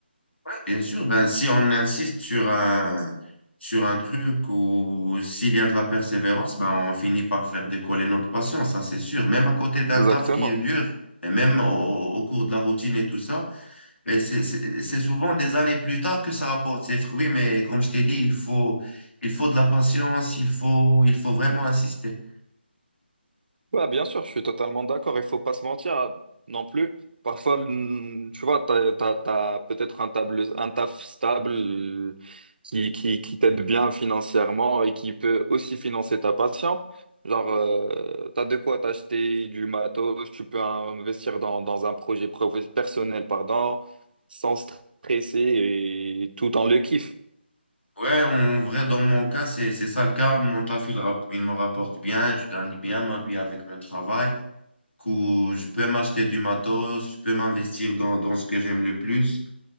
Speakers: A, on the left; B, on the right.
A: Ouais, Bien sûr, ben, si on insiste sur un, sur un truc ou s'il y a de la persévérance, ben, on finit par faire décoller notre passion, ça c'est sûr. Même à côté d'un
B: Exactement.
A: taf qui est dur, et même au, au cours de la routine et tout ça, mais c'est c'est- c'est souvent des années plus tard que ça rapporte ses fruits. Mais comme je t'ai dit, il faut, il faut de la patience, il faut, il faut vraiment insister.
B: Ouais, bien sûr, je suis totalement d'accord. Il faut pas se mentir hein, non plus. Parfois, le- tu vois, t'as, t'as, t'as peut-être un table, un taf stable euh, qui, qui, qui t'aide bien financièrement et qui peut aussi financer ta passion. Genre, euh, t'as de quoi t'acheter du matos, tu peux investir dans, dans un projet profe- personnel, pardon, sans stresser et tout dans le kiff.
A: Ouais, en vrai, dans mon cas, c'est c'est ça le cas. Mon taf, il, rap- il me rapporte bien, je gagne bien ma vie avec mon travail. où je peux m'acheter du matos, je peux m'investir dans, dans ce que j'aime le plus.